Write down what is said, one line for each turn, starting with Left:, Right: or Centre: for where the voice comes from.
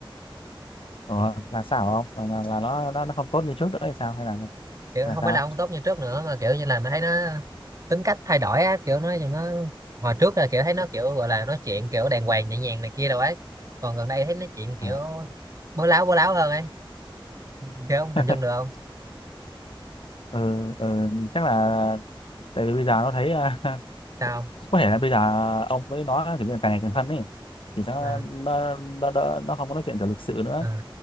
Left: ờ, là sao không? Là, là, là nó, nó nó không tốt như trước nữa hay sao hay là
Right: kiểu
Left: là
Right: không
Left: sao?
Right: phải là không tốt như trước nữa mà kiểu như là mình thấy nó tính cách thay đổi á kiểu nó nó hồi trước là kiểu thấy nó kiểu gọi là nói chuyện kiểu đàng hoàng nhẹ nhàng này kia đâu ấy còn gần đây thấy nói chuyện kiểu
Left: À.
Right: bố láo bố láo hơn ấy Ừ. kiểu không hình
Left: <laughs>
Right: dung được không
Left: ừ, ừ, chắc là tại vì bây giờ nó thấy à, <laughs>
Right: sao
Left: có thể là bây giờ ông mới nói kiểu như là càng ngày càng thân ấy thì nó
Right: Ờ,
Left: nó, nó, nó, nó không có nói chuyện kiểu lịch sự nữa
Right: ờ.